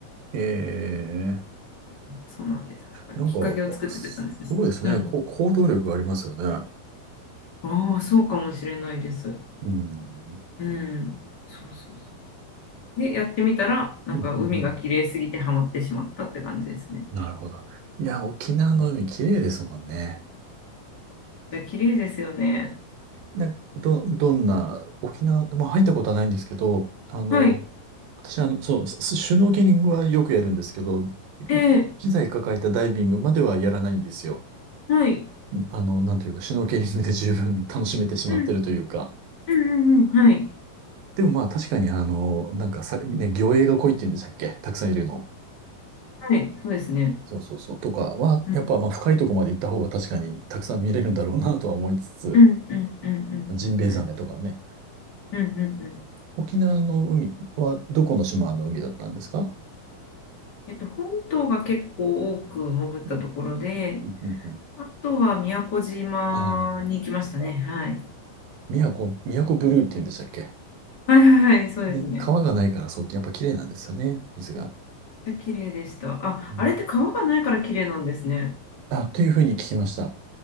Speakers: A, on the right; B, on the left.
A: ええ
B: そうなんです。だからきっかけを作ってくれたんですね。
A: なんか、おすすごいですね。
B: うん。
A: こう、行動力がありますよね。
B: ああ、そうかもしれないです。
A: うん。
B: うん。そうそうそう。で、やってみたら、なんか海が綺麗すぎてハマってしまったって感じですね。
A: うんうんうんなるほど。いや、沖縄の海綺麗ですもんね。
B: じゃあ、綺麗ですよね。
A: な、ど、どんな、沖縄、まあ入ったことはないんですけど、あの、
B: はい。
A: 私はあの、そう、スシュノーケリングはよくやるんですけど、結局き機材抱えたダイビングまではやらないんですよ。
B: ええはい。
A: あの、なんというか、シュノーケリングで十分楽しめてしまってるというか。
B: うん、うん、うん、うんはい。
A: でもまあ確かにあの、なんかさ、ね、魚影が濃いって言うんでしたっけたくさんいるの。
B: はい。そうですね。
A: そうそうそう。とかは、
B: うん、
A: やっぱまあ深いとこまで行った方が確かにたくさん見れるんだろうなとは思いつつ、
B: うん、うん、うん、うん、
A: ジンベエザメとかね。
B: うん、うん、うん、うんうん。
A: 沖縄の海はどこの島の海だったんですか
B: えっと、本島が結構多く潜ったところで、
A: うん。うんうんうん。
B: あとは宮古島に行きましたね。
A: あーあ、
B: はい。
A: 宮古、宮古ブルーって言うんでしたっけ
B: はいはいはい、そうですね。
A: で、川がないからそう、やっぱ綺麗なんですよね、水が。
B: 綺麗でした。あ、
A: うん。
B: あれって川がないから綺麗なんですね。
A: あ、というふうに聞きました。